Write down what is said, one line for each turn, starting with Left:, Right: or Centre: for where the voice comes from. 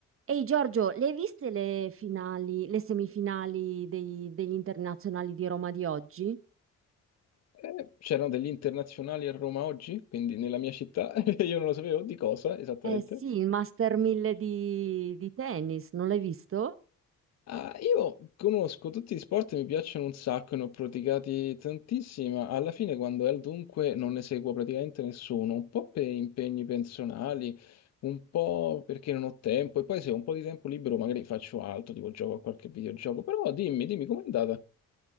Right: Ehi Giorgio, le hai viste le finali, le semifinali dei- degli internazionali di Roma di oggi?
Left: Eh, C'erano degli internazionali a Roma oggi, quindi nella mia città, <laughs> e io non lo sapevo di cosa esattamente.
Right: Eh sì, il Master 1000 di, di tennis, non l'hai visto?
Left: Ah, io conosco tutti gli sport, mi piacciono un sacco, ne ho praticati tantissimi, ma alla fine quando è al dunque non ne seguo praticamente nessuno, un po' per impegni personali, un po' perché non ho tempo, e poi se ho un po' di tempo libero magari faccio altro, tipo gioco a qualche videogioco, però dimmi, dimmi com'è andata?